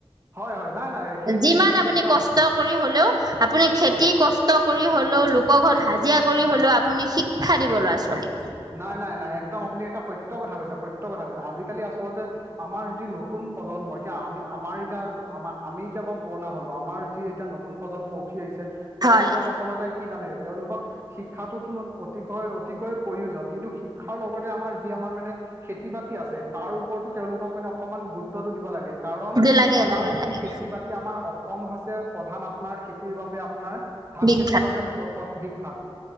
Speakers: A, on the right; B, on the right.
A: হয় হয়, নাই নাই সেইটোৱে
B: যিমান
A: সেইটোৱে
B: আপুনি
A: একদম
B: কষ্ট কৰি হলেও আপুনি খেতি
A: হয়
B: কষ্ট কৰি হ'লেও লোকৰ ঘৰত হাজিৰা কৰি হ'লেও আপুনি শিক্ষা দিব ল'ৰা ছোৱালীক।
A: নাই নাই নাই একদম আপুনি এটা সত্্য কথা কৈছে, সত্য কথা কৈছে, আজিকালি আচলতে আমাৰ যি নতুন প্ৰজন্ম, এতিয়া আমি আমাৰ এতিয়া আমাৰ, আমি এতিয়া বু পুৰণা হলো আমাৰ যি এতিয়া ন নতুন প্ৰজন্ম উঠি আহিছে। তেওঁলোকক
B: হয়
A: আচলতে কি জানে তেওঁলোকক শিক্ষাটোতো অতিকয়, অতিকয় প্ৰয়োজন কিন্তু শিক্ষাৰ লগতে, আমাৰ যি আমাৰ মানে খেতি বাতি আছে, তাৰ ওপৰতো তেওঁলোকক মানে অকমান গুৰুত্ব টো দিব লাগে, কাৰণ
B: যে লাগে
A: আমাৰ
B: লাগে
A: যি
B: লাগে
A: খেতি বাতি আমাৰ অসম হৈছে প্ৰধান আপোনাৰ খেতিৰ বাবে, আপোনাৰ ধান
B: বিখ্যাত
A: খেতিৰ বাবে পথ বিখ্যাত,